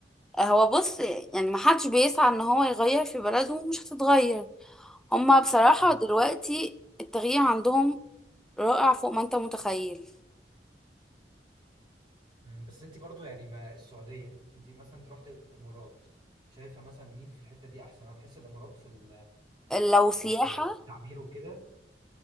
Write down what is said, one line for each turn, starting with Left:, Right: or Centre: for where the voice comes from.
Centre: هو بص يعني محدش بيسعى ان هو يغير في بلده ومش هتتغير هما بصراحة
Right: مم.
Centre: دلوقتي التغيير عندهم رائع فوق ما انت متخيل
Right: مم، بس انت برضو يعني ما السعوديه انت مثلا انت رحت الامارات شايفه مثلا مين في الحته دي احسن انا بحس الامارات في ال-
Centre: لو سياحة
Right: في في- في التعمير وكده